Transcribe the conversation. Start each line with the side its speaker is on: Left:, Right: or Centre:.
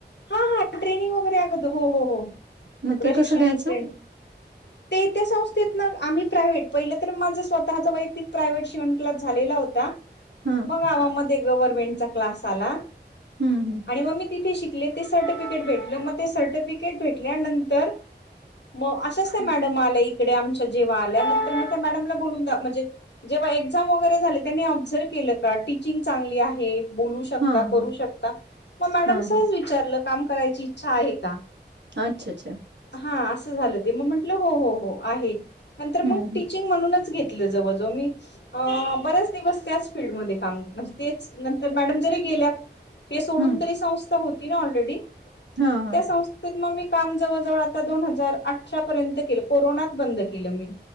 Left: हा हा ट्रेनिंग वगैरे <unintelligible> हो हो हो
Right: मग
Left: प्प्रशिक्षण
Right: ते कसं घ्यायचं?
Left: ट्रेनी ते त्या संस्थेतन आम्ही प्रायव्हेट पहिलं तर माझं स्वतःचा वैयक्तिक प्रायव्हेट शिवन कलास झालेला होत ता
Right: हां.
Left: म गावा मध्ये गव्हर्मेंटचा क्लास आला
Right: हं हं
Left: आणि म मी तिथे शी. कले ते सर्टिफिकेट भेटले मग ते सर्टिफिकेट भेटल्यानंतर मग अशाच त्या
Right: हं.
Left: मॅडम आल्या इकडे आमच्या जेव्हा आल्या नंतर मग त्या मॅडमला बोलून द म्हणजे जेव्हा एक्झाम वगैर झाले त्यांनी ऑबझर्व केलं का टीचिंग चांगली आहे बोलू श शकता
Right: हां
Left: करू
Right: हां
Left: शकता मग मॅडम
Right: हां
Left: ने सहज
Right: हां.
Left: विचारलं काम करायची इच्छा आहे का.
Right: अच्छा अच्छा.
Left: हा असं झालं ते मग म्हटलं हो हो हो आहे नंतर
Right: हं
Left: मग
Right: हं
Left: टीचिंग म्हणूनच घेतलं जवळ जवळ मी अ बर्याच दिवस त्याच फीलल्डमध्ये काम म्हणजे तेच नंतर मॅडम जरी गेल्या हे सोडून
Right: हं.
Left: तरी संस्था होती ना ऑलरेडी
Right: हां हां.
Left: त्या संस्थेत मग मी काम जवळ जवळ आता दोन हजार अठरा पर्यंत केलं कोरोनात बंद केलं मी.